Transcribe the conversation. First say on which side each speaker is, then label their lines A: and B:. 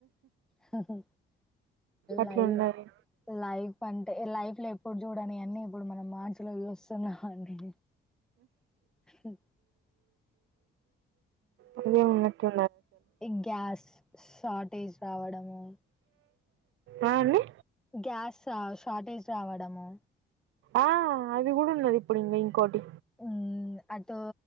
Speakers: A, in the centre; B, on the right.
A: హ హ హ
B: అట్లున్నది
A: లైవ్ లైఫ్ అంటే ఈ లైఫ్ లో ఎప్పుడు చూడని అన్ న్నీ ఇప్పుడు మనం మార్చి లో చూస్తున్నామ్ అండి. <inaudible>
B: అన్ని ఉన్నట్టు
A: ఈ గ్యాస్ షార్టేజ్ రావడము
B: ఆ అన్ని
A: గ్యాస్ రావ్ షార్టేజ్ రావడము
B: ఆ అది కూడా ఉన్నది ఇప్పుడు ఇంగా ఇంకోటి
A: ఉ అటు